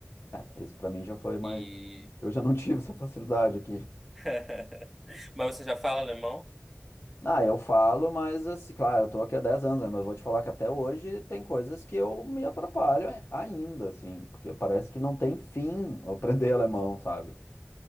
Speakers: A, on the left (about 50°); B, in the centre.
A: É, isso pra mim já foi mais.
B: E...
A: Eu já não tive <laughs> essa facilidade aqui.
B: <laughs> Mas você já fala alemão?
A: Ah, eu falo, mas assim, claro, eu tô aqui há 10 anos, né? Mas eu vou te falar que até hoje tem coisas que eu me atrapalho ai- ainda, assim, porque parece que não tem fim <laughs> eu aprender alemão, sabe?